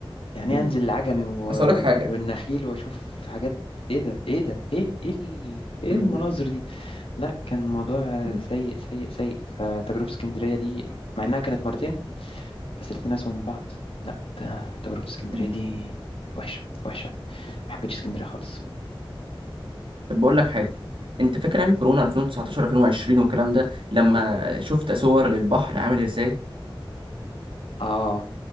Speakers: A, on the left; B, on the right.
A: يعني
B: مم.
A: إيه انزل العجمي و...
B: بس أقول لك حاجة
A: والنخيل واشوف حاجات ايه ده ايه ده ايه ال- ايه ال- ايه
B: مم.
A: المناظر دي لا كان الموضوع آه،
B: مم.
A: سيء سيء سيء فتجربة اسكندرية دي مع انها كانت مرتين بس الاتنين اسوأ من بعض لا ده- تجربة اسكندرية
B: مم.
A: دي وحشة وحشة ما حبيتش اسكندرية خالص
B: طب بقول لك حاجه انت فاكر ايام كورونا 2019 2020 والكلام ده لما شفت صور للبحر عامل ازاي
A: اه